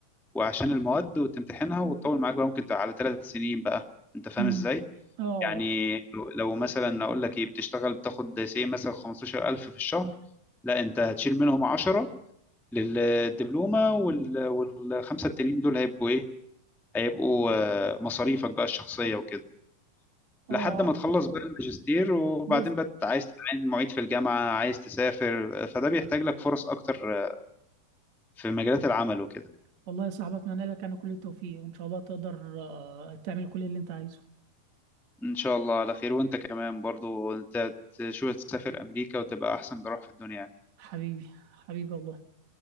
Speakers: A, in the centre; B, on the right.
A: وعشان المواد وتمتحنها وتطول معاك بقى ممكن تبقى على ثلاث سنين بقى أنت فاهم
B: امم
A: إزاي؟
B: اه
A: يعني لو لو مثلا أقول لك إيه بتشتغل بتاخد سي مثلا 15000 في الشهر لا أنت هتشيل منهم 10 للدبلومة وال... والخمسة التانيين دول هيبقوا إيه؟ هيبقوا آه، مصاريفك بقى الشخصية وكده
B: اه
A: لحد ما تخلص بقى الماجستير وبعدين
B: بس
A: بقى عايز تتعين معيد في الجامعة عايز تسافر آه، فده بيحتاج لك فرص أكتر آه، في مجالات العمل وكده
B: والله يا صاحبي اتمنى لك انا كل التوفيق وان شاء الله تقدر آه، تعمل كل اللي انت عايزه
A: إن شاء الله على خير وأنت كمان برضو أنت تشوف تسافر أمريكا وتبقى أحسن جراح في الدنيا يعني
B: حبيبي حبيبي والله